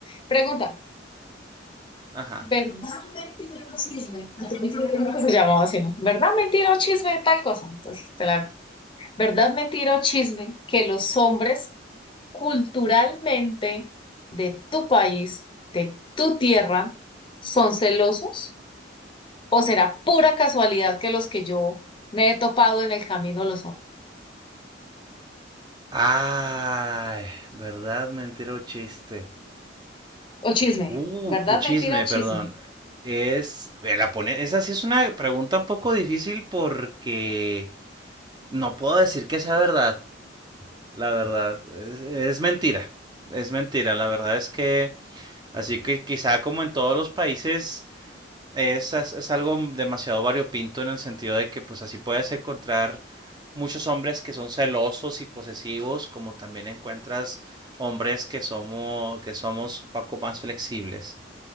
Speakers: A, on the left (about 25°); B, on the right (about 20°).
A: pregunta.
B: Ajá.
A: ¿Verdad, mentira o chisme? Ah, yo no sé ¿Cómo se llamaba así, no? ¿Verdad, mentira o chisme? Tal cosa. Entonces, te la... ¿Verdad, mentira o chisme? Que los hombres culturalmente de tu país, de tu tierra, son celosos. ¿O será pura casualidad que los que yo me he topado en el camino lo son?
B: Ay, verdad, mentira o chiste.
A: O chisme,
B: Uh,
A: ¿verdad,
B: el chisme,
A: mentira o
B: perdón.
A: chisme?
B: Es eh, la pone- Esa sí es una pregunta un poco difícil porque no puedo decir que sea verdad. La verdad, es, es mentira. Es mentira. La verdad es que, así que quizá como en todos los países, es, as- es algo demasiado variopinto en el sentido de que pues así puedes encontrar muchos hombres que son celosos y posesivos, como también encuentras hombres que somos, que somos un poco más flexibles.